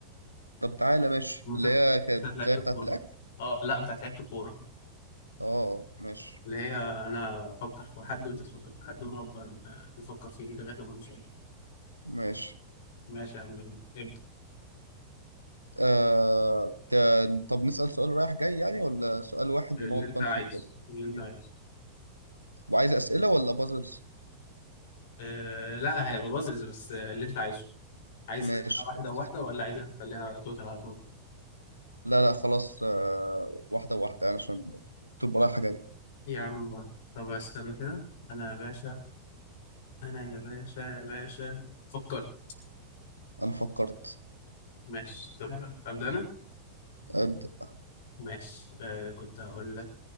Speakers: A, on the right (about 85°); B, on the left (about 55°).
A: طب تعالى ماشي
B: المسابقه
A: اللي هي كانت
B: بتاعت لعيبه
A: زي بتاعه
B: الكوره
A: الاكل
B: اه لا بتاعت لعيبه الكوره
A: اه ماشي
B: اللي هي انا افكر في حد وانت تفكر في حد ونقعد بقى نفكر فيه لغايه لما نوصل
A: ماشي
B: ماشي يا عم يلا، ابدا
A: آه تا- طب نسأل سؤال رايح جاي يعني ولا سؤال واحد
B: اللي
A: ونقعد
B: انت
A: بقى
B: عايزه
A: نفكر
B: اللي انت
A: فيه
B: عايزه
A: وعايز اسئله ولا بازلز
B: أه لا هيبقى بازلز بس آه، اللي انت عايزه عايز
A: ماشي
B: تخليها
A: خلاص
B: واحده واحده ولا عايزها تخليها توتال على طول
A: لا لا خلاص آه واحده واحده يعني عشان تبقى رايحه جاي
B: يا عم طب استنى كده انا يا باشا انا يا باشا يا باشا فكرت
A: انا فكرت
B: ماشي طب ابدا انا
A: أبدأ
B: ماشي آه كنت هقول لك